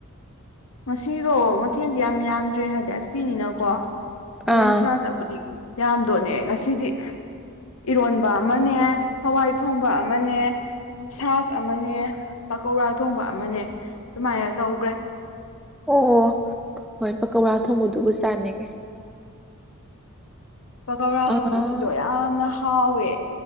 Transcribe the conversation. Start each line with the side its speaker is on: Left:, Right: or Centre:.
Left: ꯉꯁꯤꯗꯣ ꯃꯊꯦꯜꯗꯤ ꯌꯥꯝ ꯌꯥꯝꯗ꯭ꯔꯦ ꯍꯥꯏꯗꯤ ꯑꯁꯤꯅꯤꯅꯀꯣ ꯍꯌꯦꯡ
Centre: ꯑꯥ
Left: ꯁꯣꯔꯥꯠꯇꯕꯨꯗꯤ ꯌꯥꯝꯗꯣꯅꯦ ꯉꯁꯤꯗꯤ ꯏꯔꯣꯟꯕ ꯑꯃꯅꯦ ꯍꯋꯥꯏ ꯊꯣꯡꯕ ꯑꯃꯅꯦ ꯁꯥꯥꯛ ꯑꯃꯅꯦ ꯄꯀꯧꯔꯥ ꯊꯣꯡꯕ ꯑꯃꯅꯦ ꯑꯗꯨꯃꯥꯏꯅ ꯇꯧꯒ꯭ꯔꯦ
Centre: ꯑꯣ ꯑꯣ ꯍꯣꯏ ꯄꯀꯧꯔꯥ ꯊꯣꯡꯕꯗꯨꯕꯨ ꯆꯥꯅꯤꯡꯉꯤ
Left: ꯄꯀꯧꯔꯥꯗꯣ
Centre: ꯑꯥ
Left: ꯉꯁꯤ ꯁꯤꯗꯣ ꯌꯥꯝꯅ ꯍꯥꯎꯋꯦ